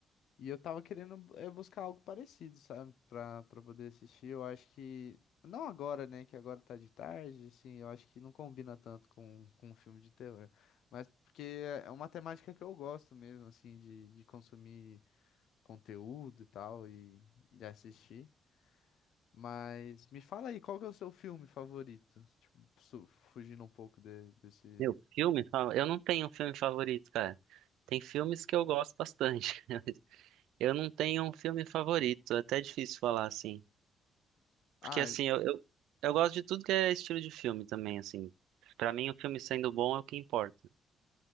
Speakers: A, on the left (about 75°); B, on the right (about 85°).
A: E eu tava querendo é, buscar algo parecido, sabe? Pra, pra poder assistir. Eu acho que. Não agora, né? Que agora tá de tarde, assim. Eu acho que não combina tanto com, com um filme de terror. Mas porque é é uma temática que eu gosto mesmo, assim, de, de consumir conteúdo e tal, e, e de assistir. Mas me fala aí, qual que é o seu filme favorito? Tipo, su- fugindo um pouco de- desse.
B: Meu, filme? fa- Eu não tenho um filme favorito, cara. Tem filmes que eu gosto bastante. <laughs> mas Eu não tenho um filme favorito. É até difícil falar assim. Porque
A: Ah,
B: assim, eu, eu, eu gosto de tudo que é estilo de filme também, assim. Pra mim, o filme sendo bom é o que importa.